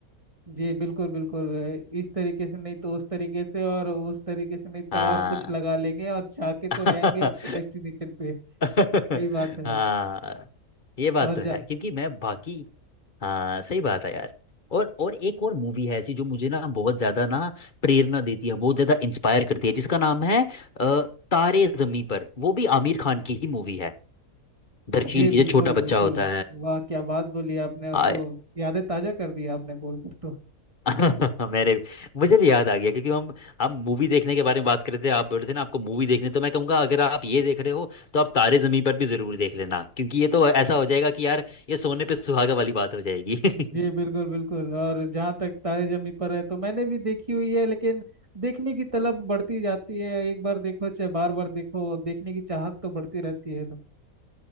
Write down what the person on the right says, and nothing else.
जी बिल्कुल बिल्कुल अ, इस तरीके से नहीं तो उस तरीके से और उस तरीके से नहीं तो
और कुछ लगा लेंगे और जाके तो
रहेंगे अपने डेस्टिनेशन पे
सही बात है
और
जा
जी
बिल्कुल
बिल्कुल
वाह क्या बात बोली आपने वो
तो यादें ताजा कर दी आपने बोलकर तो
जी बिल्कुल बिल्कुल और जहाँ तक तारे जमी पर है तो मैंने भी देखी हुई है लेकिन देखने की तलब बढ़ती जाती है एक बार देखो चाहे बार बार देखो देखने की चाहत तो बढ़ती रहती है एकदम